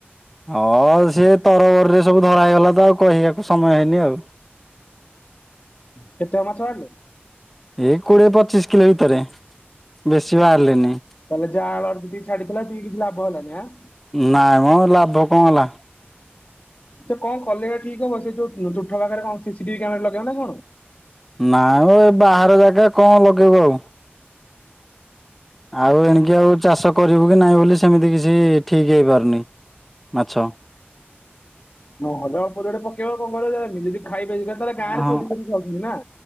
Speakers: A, in the centre; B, on the left (about 40°).
A: ହଁ ସିଏ ତରବରରେ ସବୁ ଧରା ହେଇଗଲା ତ ଆଉ କହିବାକୁ ସମୟ ହେଇନି ଆଉ।
B: କେତେହବ ମାଛ ବାହାରିଲେ।
A: ଏଇ କୋଡିଏ ପଚିଶ କିଲୋ ଭିତରେ। ବେଶୀ ବାହାରିଲେନି
B: ତାହେଲେ ଯାଆଁଳ ଯେତିକି ଛାଡିଥିଲ ସେତିକି କିଛି ଲାଭ ହେଲାନି ଆଁ।
A: ନାଇଁ ମ ଲାଭ କଣ ହେଲା।
B: ଯେ କଣ କଲେ ଏଇଟା ଠିକ୍ ହବ ସେ ଯୋଉ ତୁଠ ପାଖରେ କଣ ସିସିଟିଭି କ୍ୟାମେରା ଲଗେଇବ ନା କଣ।
A: ନାଇଁମ ଏ ବାହାର ଜାଗା କଣ ଲଗେଇବ ଆଉ। ଆଉ ଏଣିକି ଆଉ ଚାଷ କରିବୁ କି ନାହିଁ ବୋଲି ସେମିତି କିଛି ଠିକ୍ ହେଇପାରୁନି ମାଛ।
B: ନହେଲେ ଅଳ୍ପ ଯୋଡେ ପକେଇବ କଣ କରିବ ଯଦି ଖାଇବେ ତାହେଲେ ଗାଁରେ
A: ହଁ
B: ଚୋରି କରି ଖାଉଛନ୍ତି ନାଁ।